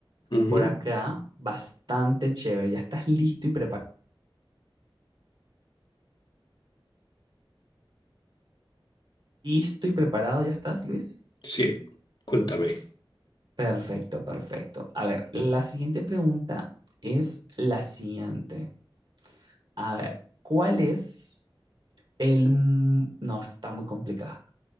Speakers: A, on the left (about 55°); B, on the right (about 55°).
A: Ujú.
B: por acá, bastante chévere. ¿Ya estás listo y preparado? ¿Listo y preparado ya estás, Luis?
A: Sí, cuéntame.
B: Perfecto, perfecto. A ver, la siguiente pregunta es la siguiente. A ver, ¿cuál es El, mm, no, está muy complicada.